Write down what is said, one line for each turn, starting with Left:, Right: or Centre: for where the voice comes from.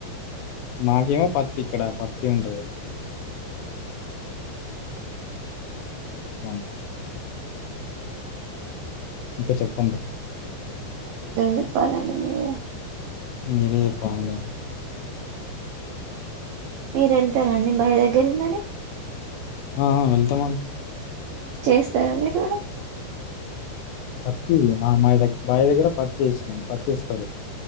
Left: మాకేమో పత్త త్తి ఇక్కడ పత్తి ఉంటది రాను ఇంకా చెప్పండి
Right: గజప్పాలండి మీరే
Left: మేరే చెప్పాలండి
Right: మీరు వెళ్తారండి భాయ్ దగ్గరకి మరి
Left: ఆ వెళ్తామండి
Right: హ్మ్ చేస్తారా మీరు కూడా
Left: పత్తి మా మా దగ్గ భాయ్ దగ్గర పత్తి వెస్నాం పత్తయిస్తారు